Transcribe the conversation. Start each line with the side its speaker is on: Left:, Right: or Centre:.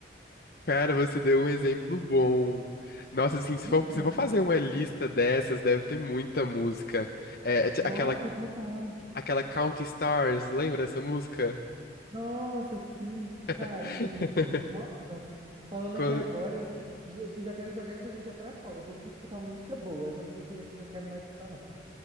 Left: Cara, você deu um exemplo bom. Nossa, assim,
Right: né?
Left: se for, se for fazer uma lista dessas, deve ter muita música. É, t-
Right: Nossa,
Left: aquela,
Right: total.
Left: aquela Counting Stars, lembra dessa música?
Right: Nossa, sim,
Left: <laughs>
Right: cara, muitas. Nossa, falando
Left: Co-
Right: aqui agora, eu, eu que já quero jogar essa energia pra fora. Eu vou aqui escutar uma música boa. Essas músicas antigas eu não quero mais escutar, não.